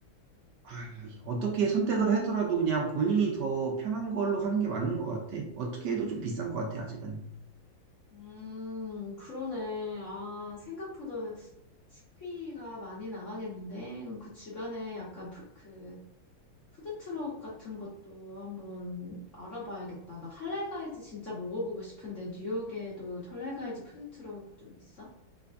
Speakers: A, on the right (about 65°); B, on the left (about 45°).
A: 아, 어떻게 선택을 하더라도 그냥 본인이 더 편한 걸로 하는 게 맞는 것 같아. 어떻게 해도 좀 비싼 것 같아, 아직은.
B: 음, 그러네. 아, 생각보다 식비가 많이 나가겠는데? 그럼 그 주변에 약간 푸, 그 푸드트럭 같은 것도 한번 알아봐야겠다. 나 할랄가이즈 진짜 먹어보고 싶은데 뉴욕에도 할랄가이즈 푸드트럭 좀 있어?